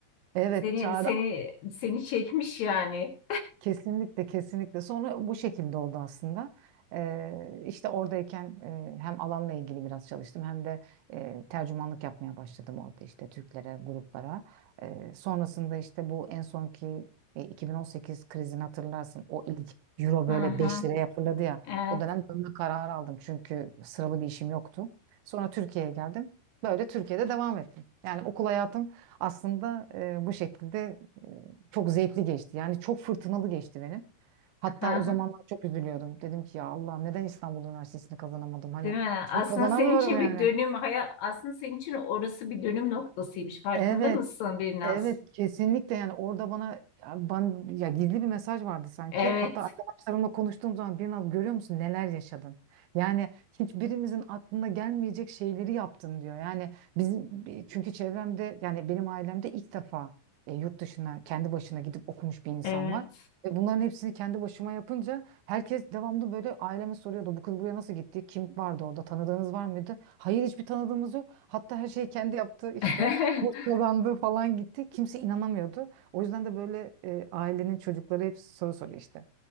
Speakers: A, on the right; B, on the left.
A: Evet,
B: Seni
A: çağrı
B: seni seni çekmiş yani.
A: Kesinlikle kesinlikle sonra bu şekilde oldu aslında Ee, işte oradayken e, hem alanla ilgili biraz çalıştım hem de e, tercümanlık yapmaya başladım orada işte Türklere gruplara Ee, sonrasında işte bu en sonki e, 2018 krizini hatırlarsın o ilk euro
B: Hı
A: böyle
B: hı.
A: 5 liraya fırladı ya
B: Evet.
A: o dönem dönme kararı aldım çünkü sıralı bir işim yoktu sonra Türkiye'ye geldim böyle Türkiye'de devam ettim yani okul hayatım aslında e, bu şekilde çok zevkli geçti. Yani çok fırtınalı geçti benim. Hatta
B: Hı
A: o
B: hı.
A: zamanlar çok üzülüyordum. Dedim ki ya Allah'ım neden İstanbul Üniversitesi'ni kazanamadım? Hani
B: Değil mi?
A: çünkü
B: Aslında
A: kazanamıyorum
B: senin için
A: yani.
B: bir dönüm hayat aslında senin için orası bir dönüm noktasıymış. Farkında
A: Evet
B: mısın biraz?
A: Evet kesinlikle yani orada bana ya ben ya gizli bir mesaj vardı sanki.
B: Evet,
A: Hatta arkadaşlarımla konuştuğum zaman bir naz görüyor musun neler yaşadın? Yani hiçbirimizin aklına gelmeyecek şeyleri yaptın diyor. Yani bizim çünkü çevremde yani benim ailemde ilk defa e, yurt dışına kendi başına gidip okumuş bir insan
B: evet.
A: var. Ve bunların hepsini kendi başıma yapınca herkes devamlı böyle aileme soruyordu. Bu kız buraya nasıl gitti? Kim vardı orada? Tanıdığınız var mıydı? Hayır hiçbir tanıdığımız yok. Hatta her şeyi kendi yaptı işte
B: <laughs>
A: burs kazandı falan gitti. Kimse inanamıyordu. O yüzden de böyle e, ailenin çocukları hep soru soruyor işte.